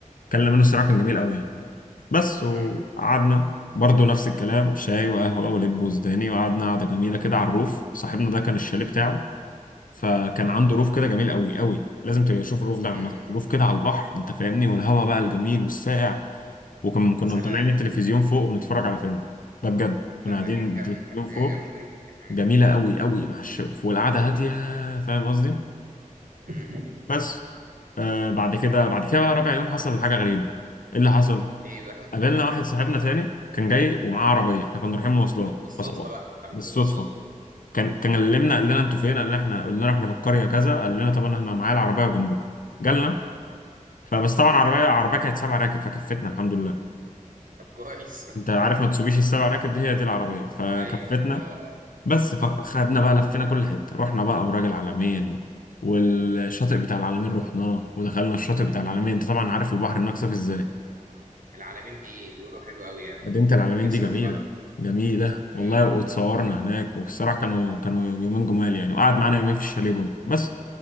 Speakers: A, on the left; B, on the right.
A: كلنا منه الصراحه كان جميل قوي يعني بس وقعدنا
B: امم
A: برضه نفس الكلام شاي وقهوه ولب وزداني وقعدنا قعده جميله كده على الروف صاحبنا ده كان الشاليه بتاعه فكان
B: اه
A: عنده روف كده جميل قوي قوي لازم تبقى تشوف الروف ده عامه
B: امم أمم.
A: روف كده على البحر انت فاهمني والهواء بقى الجميل والساقع وكنا كنا
B: يا سلام
A: مطلعين التلفزيون فوق وبنتفرج على فيلم ده بجد كنا
B: لا
A: قاعدين
B: ده اكيد كان
A: التلفزيون
B: كانت حاجه
A: فوق
B: جامده دي كانت حاجه
A: جميله
B: جامده
A: قوي قوي مع الشوف والقعده هاديه فاهم قصدي
B: أمم، أمم.
A: بس آه بعد كده بعد كده بقى رابع يوم حصل حاجه غريبه ايه اللي حصل
B: ايه بقى
A: قابلنا واحد صاحبنا تاني كان جاي ومعاه عربيه احنا كنا رايحين مواصلات
B: بالصدفة
A: فس-
B: بقى قابلته
A: بالصدفه
B: بالصدفة
A: كان كان كلمنا قال لنا انتوا فين قال لنا احنا قلنا له احنا في القريه كذا قال لنا طب انا هنا معايا العربيه وجنبكم جالنا فبس طبعا عربيه عربيه كانت سبع راكب فكفتنا الحمد لله
B: طب كويس
A: انت عارف ما تسوبيش السبع راكب دي هي دي العربيه فكفتنا
B: <laughs> ايوه اه اه
A: بس فخدنا بقى لفينا كل حته رحنا بقى ابراج العلمين والشاطئ بتاع العلمين رحناه ودخلنا الشاطئ بتاع العلمين
B: امم
A: انت طبعا عارف البحر هناك صافي ازاي
B: اه العالمين دي بيقولوا حلو قوي يعني
A: مدينه العلمين
B: نفسي
A: دي جميله
B: اروح لها
A: جميله والله
B: امم
A: واتصورنا
B: امم
A: هناك والصراحه كانوا كانوا يومين جمال يعني وقعد معانا يومين في الشاليه برضه بس